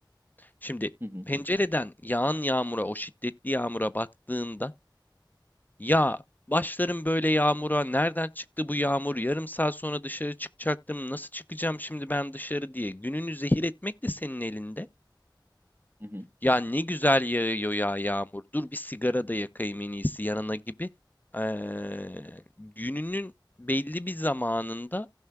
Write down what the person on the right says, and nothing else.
Hı hı,
hı hı.